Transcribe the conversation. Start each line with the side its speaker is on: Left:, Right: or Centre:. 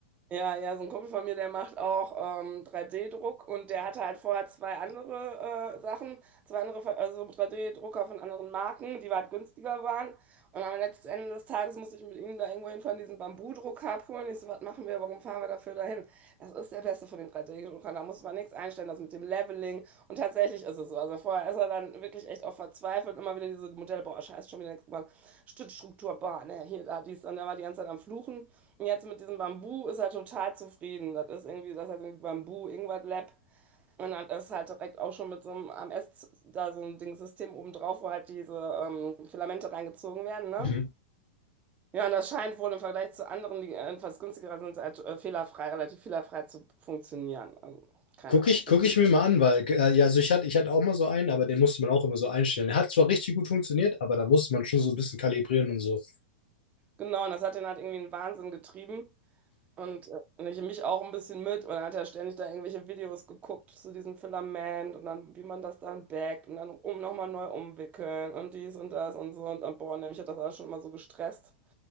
Right: Ja, ja, so ein Kumpel von mir, der macht auch, ähm, 3D-Druck und der hatte halt vorher 2 andere, äh, Sachen, 2 andere ver also 3D-Drucker von anderen Marken, die weit günstiger waren. Und am letzten Ende des Tages musste ich mit ihm da irgendwo hinfahren, diesen Bambudrucker abholen. Ich so: „Was machen wir? Warum fahren wir dafür dahin?“ Das ist der Beste von den 3D-Druckern, da muss man nichts einstellen, das mit dem Leveling. Und tatsächlich ist es so. Also, vorher ist er dann wirklich echt auch verzweifelt, immer wieder diese Modelle: „Boah, scheiße, schon wieder nix geworden. Stützstruktur, boah, ne, hier, da, dies.“ Und da war die ganze Zeit am Fluchen. Jetzt mit diesem Bambu ist er total zufrieden. Das ist irgendwie, das heißt irgendwie Bambu Ingwer Lab. Und dann ist halt direkt auch schon mit so einem A M S da so ein Ding System oben drauf, wo halt diese ähm, Filamente reingezogen werden, ne?
Left: Mhm.
Right: Ja, und das scheint wohl im Vergleich zu anderen, die etwas günstiger sind, halt äh, fehlerfrei, relativ fehlerfrei zu funktionieren. Also, keine
Left: Gucke
Right: Ahnung.
Left: ich, guck
Right: Ich bin,
Left: ich mir mal an, weil, äh, ja, also ich hatte, ich hatte auch mal so einen, aber den musste man auch immer so einstellen. Der hat zwar richtig gut funktioniert, aber da musste man schon so ein bisschen kalibrieren und so.
Right: genau, und das hat den halt irgendwie in den Wahnsinn getrieben. Und, äh, und ich mich auch ein bisschen mit. Und dann hat er ständig da irgendwelche Videos geguckt zu diesem Filament und dann, wie man das dann backt und dann um, nochmal neu umwickeln und dies und das und so. Und dann, boah, nämlich hat das alles schon immer so gestresst.